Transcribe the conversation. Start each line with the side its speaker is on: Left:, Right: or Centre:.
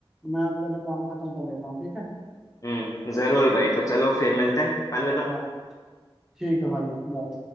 Centre: मैं पहले काम खत्म कर लेता हूँ ठीक है
Left: हम्म, जरूर भाई तो चलो फिर मिलते हैं अलविदा
Centre: हाँ ठीक है भाई बाय